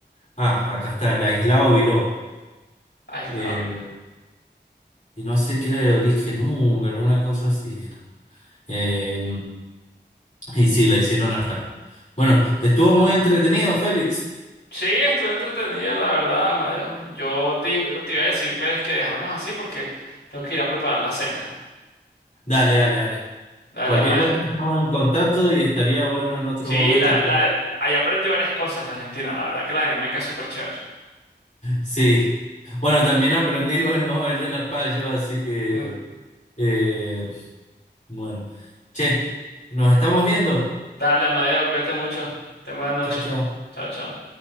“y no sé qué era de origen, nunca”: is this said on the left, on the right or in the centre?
Left